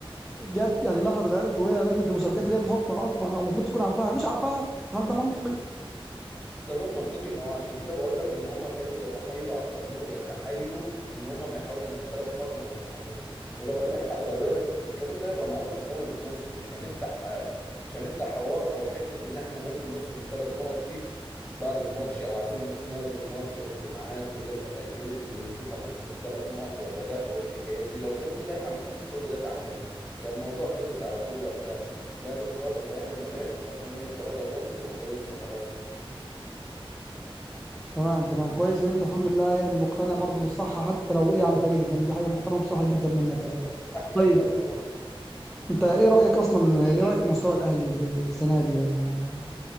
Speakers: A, in the centre; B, on the left (about 20°).
A: جت
B: ما هو
A: يعني اللائحه اتغيرت وهي لجنه المسابقات
B: <clears throat>
A: اللي هي بتحطها اصلا او المفروض تكون عارفاها مش عارفاها هل ده منطقي؟
B: ده غير منطقي ما هو عشان كده بقول لك ان هم كانوا بيتحايلوا على القانون وبيتحايلوا ان هم ما يحاولوا ما الثلاث نقط ما يتخصموش ولو اللائحه اتغيرت الكلام ده يبقى معروف من اول الموسم مش هنفتح آه، مش هنفتح حوار او حته ان احنا ممكن نخصم الثلاث نقط دي بعد الماتش او عايزين نخصمها قبل الماتش واجتماعات واللجنه اتاجلت اللي بتشوف هتخصم الثلاث نقط ولا لا والحكايات دي لو كان في لائحه ما كانش كل ده اتعمل كان الموضوع خلص على طول وقتها الاهلي اتخ- الاهلي ما جاش اتخصم منه الثلاثه بونت وخلصنا خلاص
A: تمام تمام كويس ان انت الحمد لله يعني مقتنع برضو بالصحة حتى لو ايه على فريقك يعني دي حاجة محترمة بصراحة جدا منك
B: لا
A: يعني
B: لا حق يتقال
A: طيب
B: طبعا
A: انت ايه رأيك اصلا ايه رأيك في مستوى الاهلي السنة دي يعني, يعني